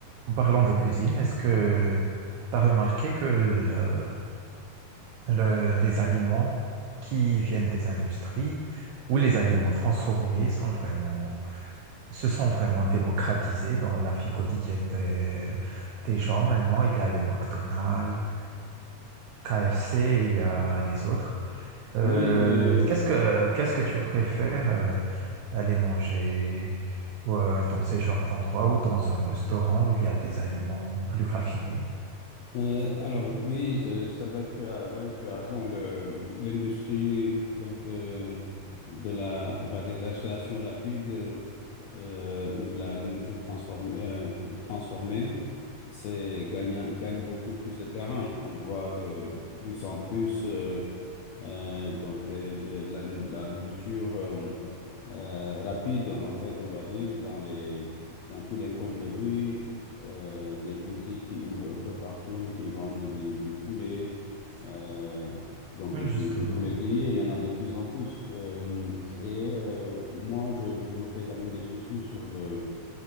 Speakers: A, on the right; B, on the left.
A: En parlant de cuisine, est-ce que tu as remarqué que le- le- les aliments qui viennent des industries ou les aliments transformés sont vraiment, se sont vraiment démocratisés dans la vie quotidienne des, des gens maintenant? Il y a le McDonald's, KFC, il y a les autres. Euh,
B: Oui, euh,
A: qu'est-ce que, qu'est-ce que tu préfères euh, aller manger euh, dans ces genres d'endroits ou dans un restaurant où il y a des aliments plus raffinés?
B: euh, alors oui, c'est c'est vrai que tu as, ouais, tu as raison. Le, l'industrie donc euh, de la, on va dire l'installation rapide euh, ou de la nourriture transformée, euh, transformée, c'est gagnant, gagne beaucoup plus de terrain. On voit de plus en plus euh, euh, donc des- de, la, nou- la nourriture. euh, euh, rapide, en fait, on va dire, dans les, dans tous les coins de rue, euh, des boutiques qui ouvrent un peu partout, qui vendent du, du poulet, euh, donc
A: Oui,
B: du,
A: justement.
B: du poulet grillé, il y en a de plus en plus. Euh, et euh, moi, je, je me fais quand même des soucis sur le,